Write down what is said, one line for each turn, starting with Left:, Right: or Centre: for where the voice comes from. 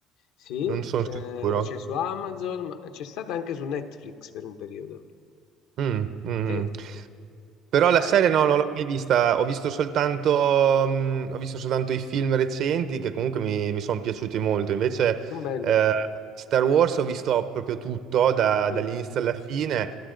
Left: Sì,
Right: non sono
Left: eh,
Right: sicuro.
Left: c'è su Amazon, ma c'è stata anche su Netflix per un periodo.
Right: Mm, mm. mm.
Left: Sì,
Right: Però la
Left: beh,
Right: serie no, non l'ho mai vista, ho visto soltanto, mh, ho visto soltanto i film recenti che comunque mi, mi sono piaciuti molto. Invece
Left: sono belle.
Right: eh, Star Wars ho visto proprio tutto, da-
Left: Sì.
Right: dall'inizio alla fine,